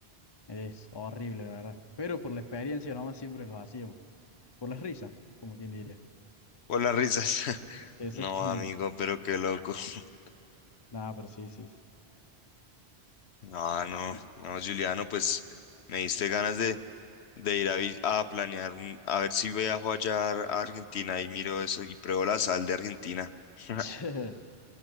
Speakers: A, on the left (about 25°); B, on the left (about 85°).
A: Es horrible, la verdad. Pero por la experiencia nomás siempre los hacíamos. Por las risas, como quien diría.
B: por las risas. <laughs>
A: Exactamente.
B: No, amigo, pero qué loco. <laughs>
A: Nada, pero sí, sí. sí.
B: No, no,
A: Y-
B: no, Juliano, pues me diste ganas de, de ir a, vi- a planear, un- a ver si viajo allá a a Argentina y miro eso y pruebo la sal de Argentina. <laughs>
A: <laughs>